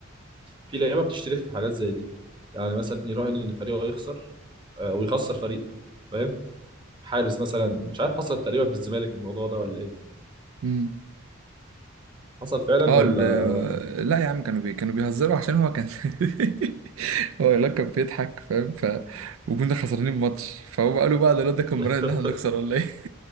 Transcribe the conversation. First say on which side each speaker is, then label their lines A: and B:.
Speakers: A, on the right; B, on the right.
A: في لعيبه بتشترك في حاجات زي دي يعني مثلا يراهن ان فريقه هيخسر آه، ويخسر فريقه فاهم حارس مثلا مش عارف حصل تقريبا في الزمالك الموضوع ده ولا ايه
B: امم
A: حصل فعلا
B: اه
A: ولا
B: ال-
A: ولا
B: لا يا عم كانوا بي... كانوا بيهزروا عشان هو كان <laughs> هو لا كان بيضحك فاهم ف وكنا خسرانين الماتش فهو قالوا بقى ده لا ده كان
A: <laughs>
B: مراهن ان احنا نخسر ولا ايه